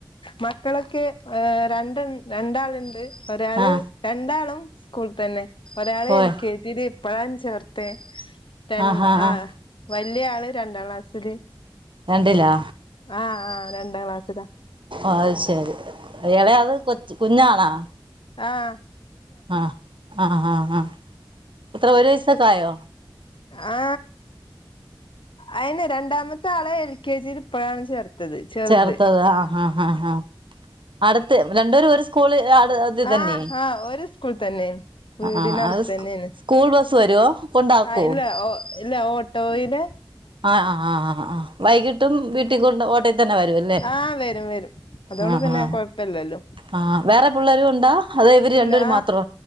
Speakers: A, on the left; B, on the right.
A: മക്കളൊക്കെ ഏ രണ്ട രണ്ടാളുണ്ട് ഒരാള്
B: ആ
A: രണ്ടാളും സ്കൂള തന്നെ ഒരാള്
B: പോയോ
A: എൽ കെ ജി ല് ഇപ്പയം ചേർത്തിയെ ര
B: ആഹ് ആഹ്
A: ആ
B: ആഹ്
A: വലിയ ആള് രണ്ടാം ക്ലാസ്സിൽ
B: രണ്ടിലാ
A: ആ ആ രണ്ടാം ക്ലാസ്സിലാ
B: അത് ശെരി എളെ ആൾ കൊച് കുഞ്ഞാണാ
A: ആഹ്
B: ആ ആ ആഹ് ആ ഇത്ര ഒരു വയസൊക്കെ ആയോ
A: ആ അയിന് രണ്ടാമത്തെ ആളെ എൽ കെ ജിയിൽ ഇപ്പോഴാണ് ചേർത്തത് ചെറുത്
B: ചേർത്തത് ആ ആ ആഹ് അടുത്ത് രണ്ടരും ഒരു സ്കൂള് അത് ഇത്
A: ആ
B: തന്നെ
A: ആഹ് ഒരു സ്കൂൾ തന്നെയാണ് വീടിനടുത്ത്
B: ആഹ് ആഹ് അത് സ്കൂ
A: തന്നെയാണ്
B: സ്കൂൾ ബസ് വരുവോ കൊണ്ടാക്കുവോ
A: ആ ഇല്ല ഓ ഇല്ല ഓട്ടോ ല്
B: ആ ആ ആ ആ വൈകിട്ടും വീട്ടിൽ കൊണ്ട് വരല്ലേ
A: ആഹ് വരും വരും അതോണ്ട്
B: ആ
A: പിന്നെ
B: ആ
A: കൊഴപ്പല്ലല്ലോ
B: ആ വേറെ പിള്ളേരു ഉണ്ടാ അതോ ഇവര്
A: ഇല്ലാ
B: രണ്ടുപേരും മാത്രോ